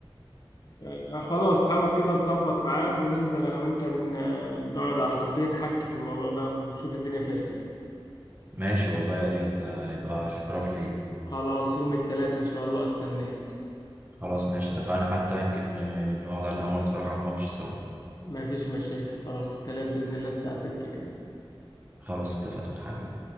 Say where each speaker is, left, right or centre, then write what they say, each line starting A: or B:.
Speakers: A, on the left; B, on the right.
A: آه، خلاص حاول كده تظبط ميعاد وننزل أنا وأنت ن- آه، نقعد على كافيه نحكي في الموضوع ده ونشوف الدنيا فيها إيه
B: ماشي والله يا ريت ده يبقى شرف لي
A: خلاص يوم التلات إن شاء الله أستناك
B: خلاص ماشي اتفقنا حتى يمكن آه، نقعد على القهوة نتفرج على الماتش سوا
A: مفيش مشاكل خلاص التلات بإذن الله الساعة ستة كده
B: خلاص اتفقنا حبيبي